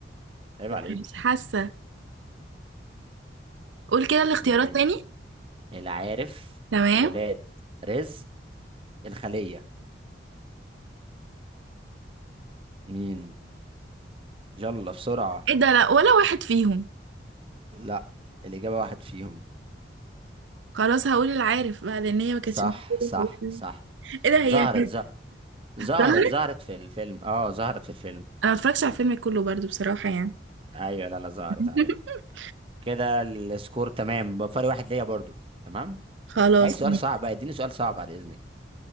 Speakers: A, on the right; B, on the right.
A: عيب
B: لا
A: عليك
B: مش حاسه قول كده الاختيارات
A: مين
B: تاني
A: العارف
B: تمام
A: ولاد رزق الخلية مين يلا بسرعة
B: ايه ده لا ولا واحد فيهم
A: لا الإجابة واحد فيهم
B: خلاص هقول العارف بقى لان هي ما كانتش
A: صح
B: موجوده
A: صح
B: في الفيلم.
A: صح
B: ايه ده هي
A: ظهرت ز... ظهرت
B: ظهرت
A: ظهرت في الفيلم اه ظهرت في الفيلم
B: انا متفرجتش على الفيلم كله برضو بصراحة يعني
A: ايوه لا لا ظهرت
B: <laughs>
A: عادي كده السكور تمام بفرق واحد ليا برضو تمام
B: خلاص
A: عايز سؤال
B: ماشي.
A: صعب بقى اديني سؤال صعب بعد اذنك